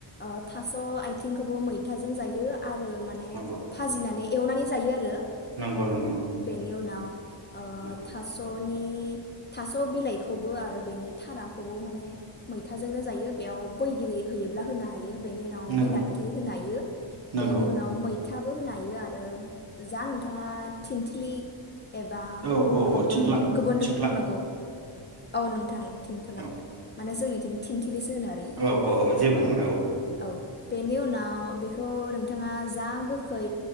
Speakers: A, on the left; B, on the right.
A: ओ थास' आथिंखौबो मैथाजों जायो आरो माने
B: नंगौ
A: भाजिनानै एवनानै जायो आरो
B: नंगौ नंगौ
A: बेनि उनाव ओ
B: नंगौ
A: थास' नि थास' बिलाइ खौबो आरो बेनि थाराखौबो माने मैथाजोंनो जायो बेयाव बैगिरि होयोब्ला होनो हायो बेनि उनाव
B: नंगौ
A: बिलाथि होनो हायो
B: नंगौ
A: बेनि उनाव मैथा बो होन्नो हायो आरो जा नोंथाङा थिन थ्लि। एबा
B: औ औ
A: गोबोन
B: औ थिंख्लां
A: गोबोन रोखो
B: थिंख्लां
A: नांगौ औ नोंथां थेनथ'लां
B: औ
A: मानो जोंनिथिं थिनथिलिसो होनो आरो
B: औ औ जेबो नङा
A: औ औ बेनि उना आव बेखौ नोंथाङा जा गोखै